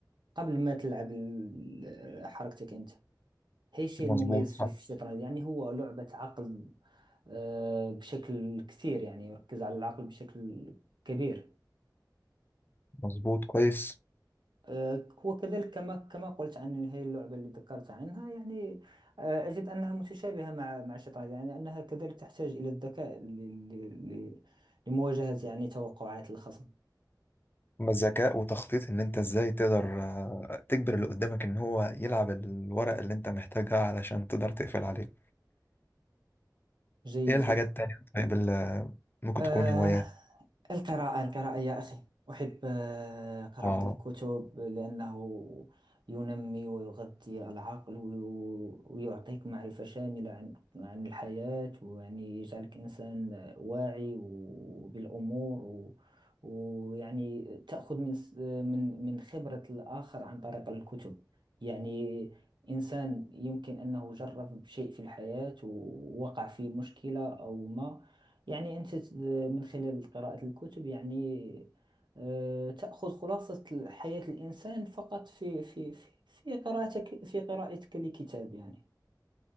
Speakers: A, on the right; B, on the left.
A: قبل ما تلعب ال- آه، حركتك أنت هي الشيء
B: مظبوط
A: المميز
B: صح
A: فيه في الشطرنج يعني هو لعبة عقل آه، بشكل كثير يعني يركز على العقل بشكل كبير
B: مظبوط كويس
A: آه، وكذلك كما كما قلت عن هذه اللعبة اللي ذكرت عنها يعني آه، أجد أنها متشابهة مع مع الشطرنج يعني أنها كذلك تحتاج إلى الذكاء ل- ل- ل- لمواجهة يعني توقعات الخصم
B: ذكاء وتخطيط إن أنت إزاي تقدر آه، تجبر اللي قدامك إن هو يلعب الورق اللي أنت محتاجها علشان تقدر تقفل عليه
A: جيد
B: إيه الحاجات التانية طيب اللي ممكن
A: آه
B: تكون هوايات؟
A: القراءة القراءة يا أخي أحب آه قراءة
B: آه
A: الكتب لأنه ينمي ويغذي العقل وي- ويعطيك معرفة شاملة عن عن الحياة ويعني يجعلك إنسان واعي بالأمور و- ويعني تأخذ من س- من من خبرة الآخر عن طريق الكتب يعني إنسان يمكن أنه جرب شيء في الحياة ووقع في مشكلة أو ما يعني أنت ت- من خلال قراءة الكتب يعني آه، تأخذ خلاصة حياة الإنسان فقط في في في في قراءتك في قراءتك لكتاب يعني